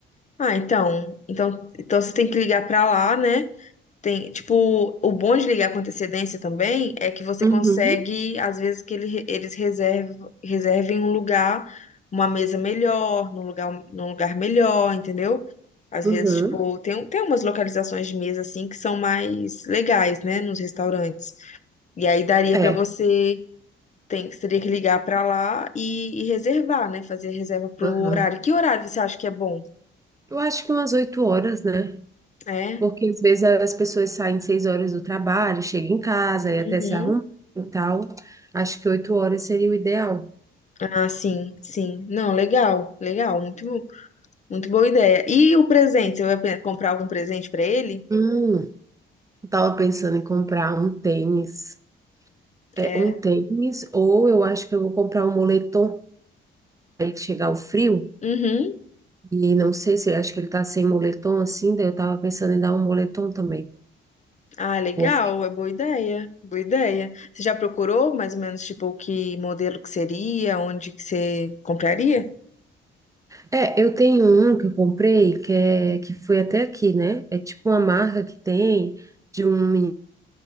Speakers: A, on the left; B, on the right.
A: Ah, então, então, então você tem que ligar pra lá, né? Tem, tipo, o bom de ligar com antecedência também é que você
B: Uhum.
A: consegue, às vezes, que ele- eles reserv, reservem um lugar, uma mesa melhor, num lugar, num lugar melhor, entendeu? Às
B: Uhum.
A: vezes, tipo, tem, um- tem umas localizações de mesa assim que são mais legais, né, nos restaurantes. E aí daria
B: É.
A: pra você, tem, você teria que ligar pra lá e, e reservar, né, fazer reserva pro
B: Aham.
A: horário. Que horário você acha que é bom?
B: Eu acho que umas oito horas, né?
A: É?
B: Porque às vezes as pessoas saem seis horas do trabalho, chegam em casa e
A: Uhum.
B: até se arrumam e tal. Acho que oito horas seria o ideal.
A: Ah, sim, sim. Não, legal, legal, muito, bo- muito boa ideia. E o presente? Você vai pe- comprar algum presente pra ele?
B: Hum, eu tava pensando em comprar um tênis. É,
A: É.
B: um tênis, ou eu acho que eu vou comprar um moletom aí que chegar o frio.
A: Uhum.
B: E não sei se acho que ele tá sem moletom assim, daí eu tava pensando em dar um moletom também.
A: Ah, legal,
B: Vou ver.
A: é boa ideia, boa ideia. Você já procurou mais ou menos tipo que modelo que seria, onde que você compraria?
B: É, eu tenho um que eu comprei que é que foi até aqui, né? É tipo uma marca que tem de um menino